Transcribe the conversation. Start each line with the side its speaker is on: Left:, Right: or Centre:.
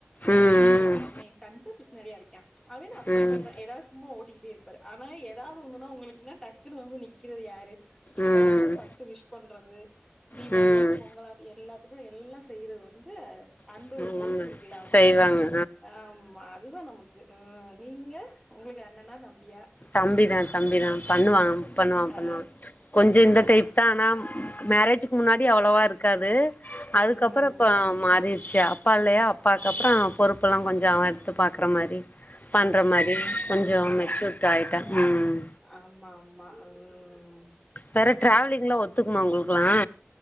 Left: ம்
Centre: என்ன உங்க அண்ணன கன்ஜ பிஸ்னாரியா இருக்க அவ என்ன அப்படி
Left: ம் ம்
Centre: பண்றா ஏதாவது சும்மா ஓட்டிக்கிட்டே இருப்பா ரு ஆனா ஏதாவது ஒண்ணுன்னா உங்களுக்குனா டக்குன்னு வந்து நிக்கிறது யாரு எதா
Left: ம்
Centre: இருந்தாலு
Left: ம்
Centre: ஃபஸ்ட்டு விஷ் பண்றது தீபாவளி
Left: ம்
Centre: ஆட்டு பொங்கல்லாட்டு எல்லாத்துக்கு எல்லா செய்யறது வந்து அந்த
Left: ம்
Centre: ஒரு பொறுப்பு இருக்குல அவன்ட்ட
Left: செய்வாங்க
Centre: ஆமா அதுதா நமக் கு ம் நீங்க உங்களுக்கு அண்ணனா தம்பியா
Left: தம்பி தா தம்பி தா பண்ணுவா பண்ணுவா
Centre: ஆ
Left: பண்ணுவா கொஞ்ச இந்த டைப் தா ஆனா மேரேஜ்க்கு முன்னாடி அவ்ளவா இருக்காது அதுக்கப்றோ
Centre: ம்
Left: இப்ப மாறிடுச்சு அப்பா இல்லயா அப்பாக்கு அப்றோ பொறுப்பெல்லா கொஞ்சோ அவ எடுத்து பாக்குற மாரி பண்ற
Centre: ஆமா
Left: மாரி
Centre: ஆமா
Left: கொஞ்சோ
Centre: ம்
Left: மெச்சூர்ட்
Centre: ம்
Left: ஆயிட்டா ம்
Centre: ஆமா ஆமா ம்
Left: வேற ட்ராவலிங்ல்லா
Centre: ஆமா
Left: ஒத்துக்குமா உங்களுக்குல்லா